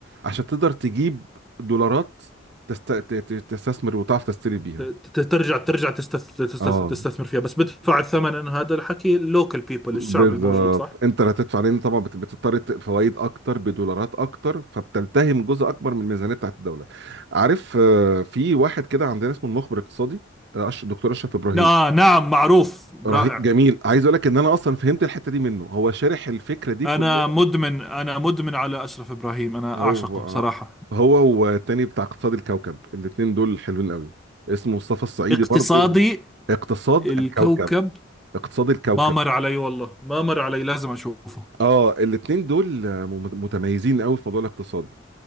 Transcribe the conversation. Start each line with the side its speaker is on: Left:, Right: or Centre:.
Right: عشان تقدر تجيب دولارات تست... ت- ت- تستثمر وتعرف تشتري بيها
Centre: ت- ت- ترجع ترجع تستث... تستث...
Right: اه
Centre: تستثمر فيها بس بدفع الثمن هذا الحكي اللوكل بيبل
Right: بالظبط
Centre: الشعب الموجود صح؟
Right: انت اللي هتدفع لان طبعا بت- بتضطر ت- فوائد اكتر بدولارات اكتر فبتلتهم جزء اكبر من الميزانيه بتاعت الدوله عارف آه، في واحد كده عندنا اسمه المخبر الاقتصادي آه، أش- دكتور اشرف ابراهيم
Centre: آه نعم معروف
Right: رهيب
Centre: رائع
Right: جميل عايز اقول لك ان انا اصلا فهمت الحته دي منه هو شارح الفكره دي
Centre: أنا
Right: كلها
Centre: مدمن أنا مدمن على أشرف إبراهيم أنا
Right: هو
Centre: أعشقه
Right: آه،
Centre: صراحة
Right: هو والتاني بتاع اقتصاد الكوكب الاتنين دول حلوين قوي اسمه مصطفى الصعيدي
Centre: اقتصادي
Right: برضو اقتصاد
Centre: الكوكب
Right: الكوكب اقتصاد الكوكب
Centre: ما مر علي والله ما مر علي لازم أشوفه <laughs>
Right: اه الاتنين دول آه، مم- متميزين قوي في موضوع الاقتصاد